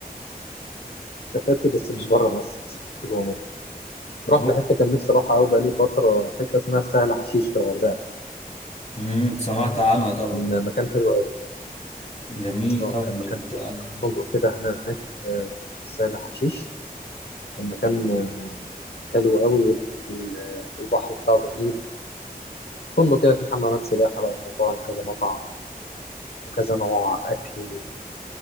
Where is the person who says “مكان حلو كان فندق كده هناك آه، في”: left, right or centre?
Left